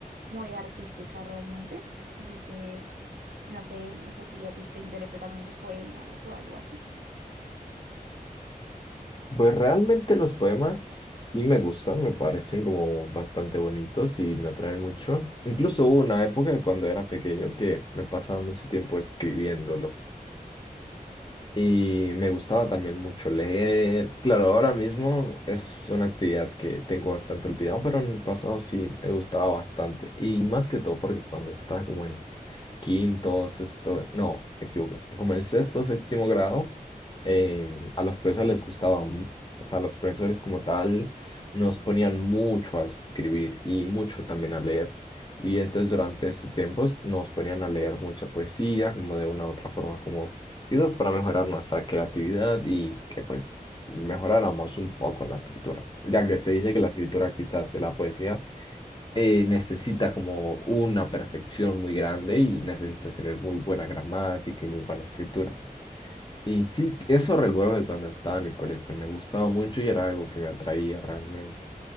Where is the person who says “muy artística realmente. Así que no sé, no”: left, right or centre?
Right